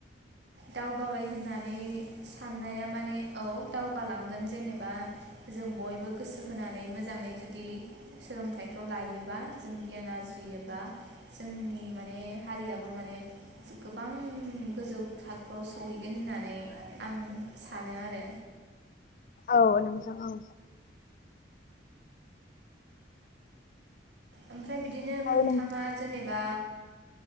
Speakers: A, on the right (about 65°); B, on the left (about 45°).
A: दावगाबाय होननानै साननाया माने औ दावगालांगोन जेनेबा जों बयबो गोसो होनानै मोजाङै जुदि जुदि सोलोंथाइखौ लायोबा जों गियान आरजियोबा जोंनि माने हारियाबो माने गोबां गोजौ थाखो खौ सहैगोन होननानै आं सानो आरो
B: औ नोंथां औ
A: ओमफ्राय बिदिनो
B: ओमफ्राय
A: नोंथाङा
B: नोंथां
A: जेनेबा